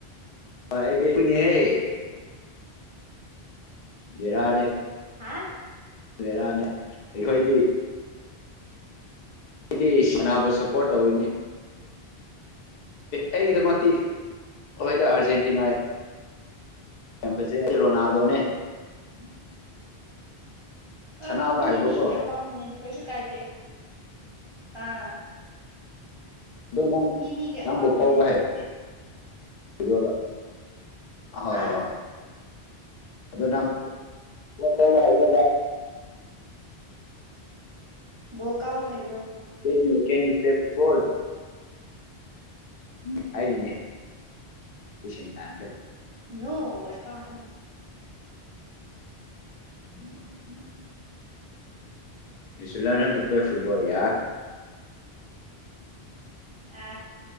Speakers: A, on the left; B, on the right.
A: ꯍꯗꯤꯅꯤ ꯍꯦ ꯕꯤꯔꯥꯅꯤ
B: ꯍꯥ <unintelligible> <inaudible>
A: ꯂꯩꯔꯅꯦ ꯑꯩꯈꯣꯏꯗꯤ ꯑꯩꯗꯤ ꯁꯅꯥꯕꯨ ꯁꯞꯄꯣꯔꯠ ꯇꯧꯋꯤꯅꯦ ꯑꯩꯒꯤꯗꯃꯛꯇꯤ ꯍꯣꯏꯗ ꯑꯥꯔꯖꯦꯟꯇꯤꯅꯥ ꯀ ꯐꯦ ꯔꯣꯅꯥꯜꯗꯣꯅꯦ
B: ꯎꯝ ꯍꯣꯏ
A: ꯁꯅꯥꯕ
B: ꯍꯣꯏ ꯃꯤ
A: ꯍꯩꯕꯀꯣ
B: ꯃꯤꯒꯤ ꯑꯄꯥꯝꯕꯅꯤꯗ ꯀꯩꯁꯨ ꯀꯥꯏꯗꯦ ꯑꯥ
A: ꯑꯗꯣ ꯅꯪ
B: ꯃꯤ ꯃꯤꯒꯤ ꯑꯄꯥꯝꯕꯅꯦ
A: ꯅꯪꯕꯨ ꯀꯧꯕ
B: ꯑꯗꯨꯕꯨꯗꯤ
A: ꯍꯣꯏ ꯍꯣꯏ
B: ꯍꯥ
A: ꯑꯗꯨꯗ ꯅꯪꯕꯕꯥ
B: <unintelligible> ꯀꯥꯎꯍꯤ
A: ꯀꯦꯟ ꯌꯨ ꯀꯦꯟ ꯌꯨ ꯄ꯭ꯂꯦ ꯐꯤ ꯀꯣꯜ ꯎ ꯍꯥꯏꯕꯤꯅꯦꯁ ꯇꯝꯁꯦ
B: ꯅꯀ <inaudible> ꯎꯝ ꯎꯝ
A: ꯌꯁꯨꯂ ꯇ ꯄ꯭ꯂꯦ ꯐꯨꯠꯕꯣꯜ ꯌꯥ
B: ꯑ